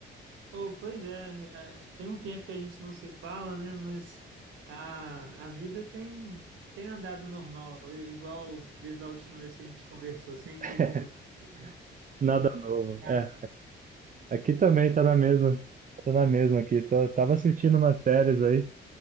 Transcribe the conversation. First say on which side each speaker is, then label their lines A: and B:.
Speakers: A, on the right; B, on the right.
A: Oh, pois é, é, tem um tempo que a gente não se fala, né? Mas a, a vida tem, tem andado normal, i- igual desde a última vez que a gente conversou, sem nenhuma
B: <laughs>
A: mudança, assim.
B: Nada novo.
A: Ah,
B: É, aqui também tá na mesma. Tô na mesma aqui. Tô- tava assistindo umas séries aí,